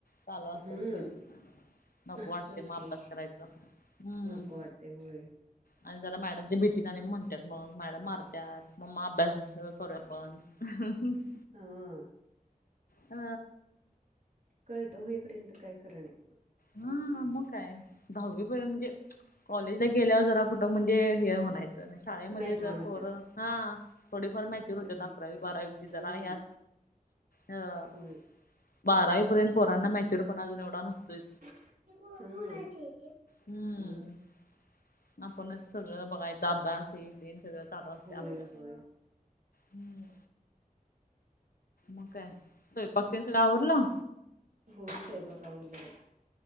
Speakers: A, on the left; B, on the right.
A: चालू असतय
B: हम्म
A: म तेचं. नको वाटतयं
B: होयच
A: म अभ्यास
B: की
A: करायचं. हम्म
B: नको वाटते होय
A: आणि जरा मॅडमच्या भीती अणि म्हणतात मग मॅडम मारतत म अभ्यास करू आपण <unintelligible>
B: हां.
A: अ.
B: कळतं होईपर्यंत काय खरं नाही.
A: हां मग काय दहावीपर्यंत म्हंजे कॉलेजला गेल्यावर जरा कुठं म्हंजे हे म्हणायचं शाळेमध्ये
B: मॅचवर
A: ज
B: होत्यात
A: पोर हां थोडीफार मैच्यूअर होतेता.
B: हम्म
A: अकरावी बारावीची
B: हम्म
A: जरा आहे या हो
B: होय
A: बारावी पर्यंत पोरांना मॅच्युअर पणा अजून एवढा नसतोय.
B: हम्म.
A: हम्म आपणच सगळं बघायचं अभ्यास हे ते न सगळं चालू असते
B: होय
A: आपल.
B: होय
A: हम्म. मग काय स्वयपाक ते सगळं आवरलं?
B: हो स्वयंपाक आवरले आहे.